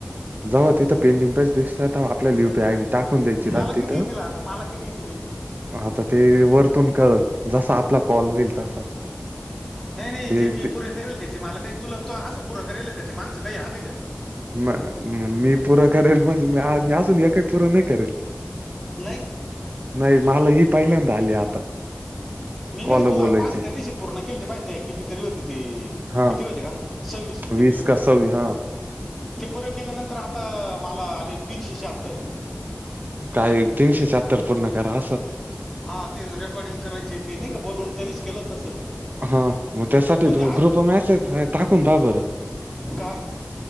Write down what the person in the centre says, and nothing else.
मला
किती येतील आता माला किती येतील याचे?
नाही नाही
जे मी
पूरे करेल त्याचे मला काही तुला तो असं पूरं करेल त्याचे माणसं काही आले का?
नाही?
मी
नाही का तु
माझे त्या दिवशी पूर्ण केले ते पाहिती किती तरी होते ती
किती होते का? सव्वीस का किती
होती गा
की पुरे केल्यानंतर आता मला आले तीनशे शहात्तर.
हा ते रेकॉर्डिंग करायचे ते नाही का बोलून ते विश केलं तसं
पण
ते आहेत
काय?